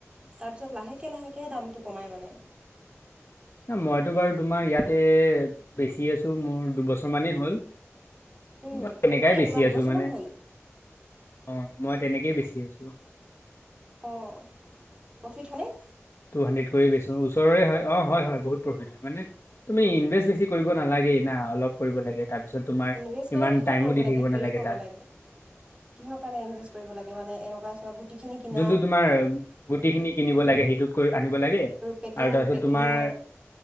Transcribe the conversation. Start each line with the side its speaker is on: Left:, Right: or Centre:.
Right: তাৰপিছত লাহেকে লাহেকে দামটো কমাই মানে।
Left: এ মইতো বাৰু তোমাৰ ইয়াতে বেচি আছো মোৰ দুবছৰ মানেই হ'ল।
Right: উম
Left: মই তেনেকাই
Right: হয় নি
Left: বেচি
Right: তোমাৰ দুবছৰমান
Left: আছো মানে।
Right: হ'ল
Left: অ' মই তেনেকে বেছি আছোঁ।
Right: অ প্ৰফিট হয়নে?
Left: টু হাড্ৰেড কৰি বেছো ওচৰৰে হয় অ হয় হয় বহুত প্ৰফিট হয় মানে তুমি ইনভেছ বেছি কৰিব নালাগে। ই না অলপ কৰিব লাগে তাৰপিছত তোমাৰ
Right: ইনভেষ্ট মানে
Left: ইমান
Right: কিহত
Left: টাইমো
Right: কৰিব
Left: দি
Right: লাগে
Left: থাকিব
Right: হেৰি
Left: নালাগে
Right: কব
Left: তাত
Right: লাগে কিহৰ কাৰণে ইনভেষ্ট কৰিব লাগে মানে এনেকুৱা চোৱা গুটিখিনি কিনাত
Left: যোনটো তোমাৰ গুটি খিনি কিনিব লাগে সেইটো কৰি আনিব লাগে
Right: পেকিং
Left: আৰু তাৰ পিছত
Right: পেকিঙৰ
Left: তোমাৰ